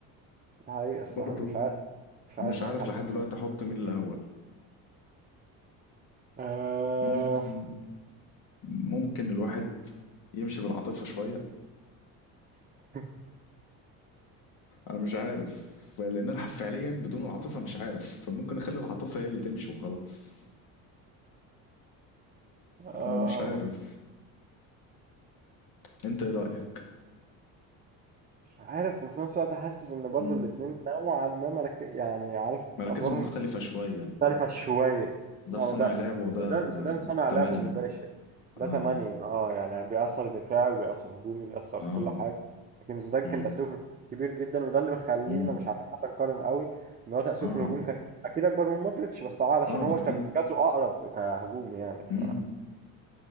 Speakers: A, on the right; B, on the left.
A: ده حقيقة الصراحة
B: برضو
A: انا مش عارف مش عارف
B: مش عارف
A: احدد
B: لحد دلوقتي احط مين الاول
A: آه
B: ممكن ممكن الواحد يمشي بالعاطفة شوية
A: <laughs>
B: انا مش عارف لان انا فعليا بدون العاطفه مش عارف فممكن اخلي العاطفه هي اللي تمشي وخلاص
A: آه
B: انا مش عارف انت ايه رايك
A: مش عارف وفي نفس الوقت حاسس ان برضو
B: مم.
A: الاتنين نوعا ما مرك... يعني عارف
B: مراكزهم
A: ادوارهم
B: مختلفه شويه
A: مختلفة يعني شوية
B: ده
A: يعني
B: صانع
A: ده
B: لعب وده
A: زيدان زيدان صنع
B: تمانية
A: لعب مباشر ده
B: اه
A: تمانية اه يعني بيأثر دفاعي وبيأثر هجومي بيأثر
B: اه
A: كل حاجة لكن زيدان
B: مم.
A: كان تأثيره في الهجوم كبير جدا وده اللي مخلينا
B: مم.
A: مش عارفين حتى نقارن قوي ان هو تأثيره
B: اه
A: في الهجوم كان اكيد اكبر من مودريتش بس اه علشان
B: اه
A: هو
B: بكتير
A: كان مركزه اقرب كهجوم يعني
B: مم.
A: ف